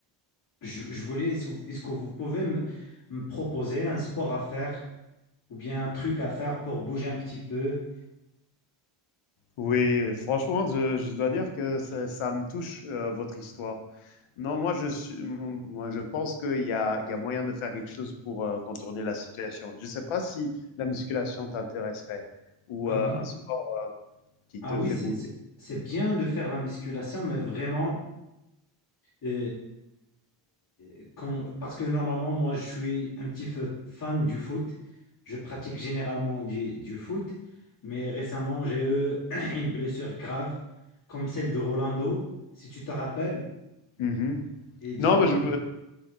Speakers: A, on the left; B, on the left.
A: Je, je voulais. Est-ce est-ce que vous pouvez me, me proposer un sport à faire ou bien un truc à faire pour bouger un petit peu?
B: Oui, euh, franchement, je, je dois dire que ça, ça me touche, euh, votre histoire. Non, moi, je suis, m- moi, je pense qu'il y a, il y a moyen de faire quelque chose pour euh, contourner la situation. Je ne sais pas si la musculation t'intéresserait ou
A: Ah
B: euh,
A: oui,
B: un sport qui
A: ah
B: te
A: oui,
B: fait
A: c'est
B: bouger.
A: c'est- c'est bien de faire la musculation, mais vraiment. Euh, euh, quand- parce que normalement, moi, je suis un petit peu fan du foot. Je pratique généralement du, du foot, mais récemment, j'ai eu <clears throat> une blessure grave, comme celle de Rolando, si tu te rappelles.
B: Mhm.
A: Et du
B: Non,
A: coup,
B: mais je,